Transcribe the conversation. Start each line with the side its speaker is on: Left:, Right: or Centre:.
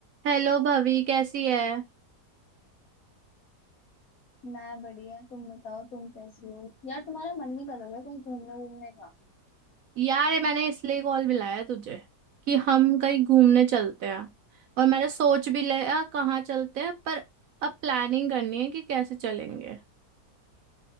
Right: Hello भाभी कैसी है
Left: मैं बढ़िया तुम बताओ तुम कैसी हो यार तुम्हारा मन नहीं कर रहा है कहीं घूमने घूमने का
Right: यार ये मैंने इसलिए कॉल मिलाया तुझे कि हम कहीं घूमने चलते हैं और मैंने सोच भी लिया कहाँ चलते हैं पर अब प्लानिंग करनी है कि कैसे चलेंगे